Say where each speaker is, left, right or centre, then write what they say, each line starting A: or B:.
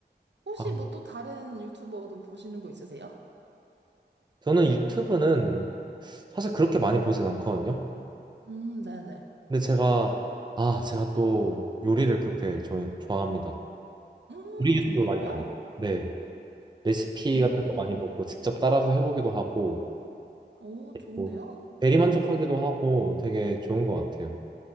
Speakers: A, on the right (about 75°); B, on the right (about 25°).
A: 혹시
B: 아,
A: 뭐 또 다른 유튜버도 보시는 거 있으세요?
B: 저는 유튜브는 사실 그렇게 많이 보진 않거든요.
A: 음, 네네.
B: 근데 제가 아 제가 또 요리를 그렇게 좋아- 좋아합니다.
A: 음,
B: 요리 유튜브
A: 정말요?
B: 많이 봐요. 네. 레시피
A: 음.
B: 같은 거 많이 보고 직접 따라서 해보기도 하고
A: 오, 좋은데요?
B: 뭐 대리만족하기도 하고 되게 좋은 것 같아요.